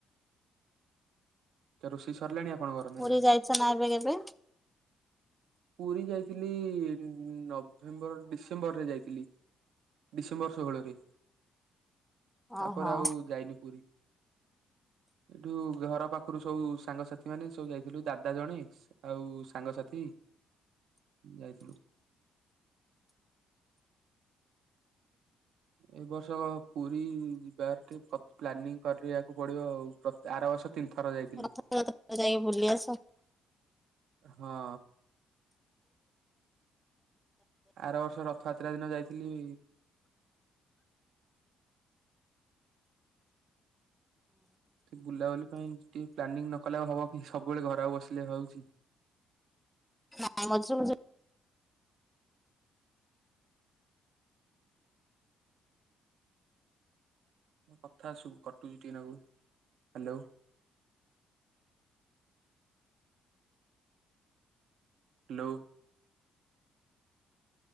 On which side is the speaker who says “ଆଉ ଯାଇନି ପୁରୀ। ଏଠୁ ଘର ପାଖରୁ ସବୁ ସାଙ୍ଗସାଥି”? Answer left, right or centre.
Right